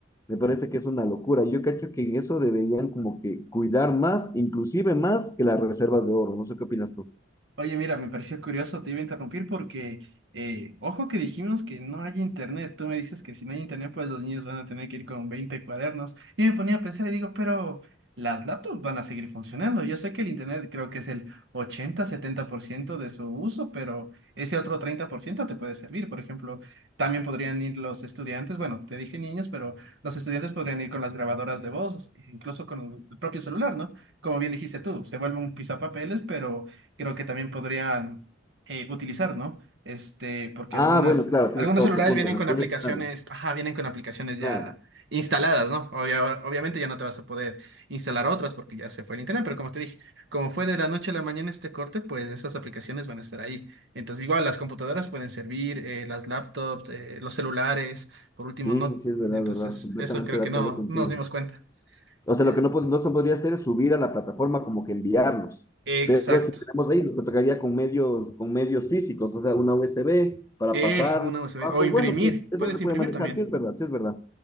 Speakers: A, on the left; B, on the right.
A: Me parece que es una locura. Yo cacho que en eso deberían como que cuidar más, inclusive más que las reservas de oro. No sé qué opinas tú.
B: Oye, mira, me pareció curioso, te iba a interrumpir porque, eh, ojo que dijimos que no hay internet. Tú me dices que si no hay internet, pues los niños van a tener que ir con 20 cuadernos. Y me ponía a pensar y digo, pero las laptops van a seguir funcionando. Yo sé que el internet creo que es el ochenta setenta por ciento de su uso, pero ese otro 30% te puede servir. Por ejemplo, también podrían ir los estudiantes, bueno, te dije niños, pero los estudiantes podrían ir con las grabadoras de voz, incluso con el propio celular, ¿no? Como bien dijiste tú, se vuelve un pisapapeles, pero creo que también podrían eh, utilizar, ¿no? Este, porque
A: Ah,
B: algunas,
A: bueno, claro, tienes
B: algunos
A: todo
B: celulares
A: tu punto.
B: vienen
A: Las
B: con
A: puedes
B: aplicaciones,
A: usar.
B: ajá, vienen con aplicaciones ya
A: Claro.
B: instaladas, ¿no? Obvia- obviamente ya no te vas a poder instalar otras porque ya se fue el internet, pero como te dije, como fue de la noche a la mañana este corte, pues esas aplicaciones van a estar ahí. Entonces, igual las computadoras pueden servir, eh, las laptops, eh, los celulares, por último,
A: Sí,
B: no.
A: sí, sí, es verdad,
B: Entonces,
A: verdad. Completamente
B: eso creo
A: de
B: que
A: acuerdo
B: no,
A: contigo.
B: no nos dimos cuenta.
A: O sea,
B: Es-
A: lo que no, pod- no se podría hacer es subir a la plataforma como que enviarlos.
B: Exacto.
A: Pero si tenemos ahí, lo que tocaría con medios, con medios físicos, o sea, una USB para
B: Eh,
A: pasar
B: una USB.
A: abajo.
B: O imprimir.
A: Bueno, pues eso
B: Puedes
A: se puede
B: imprimir
A: manejar,
B: también.
A: sí es verdad, sí es verdad.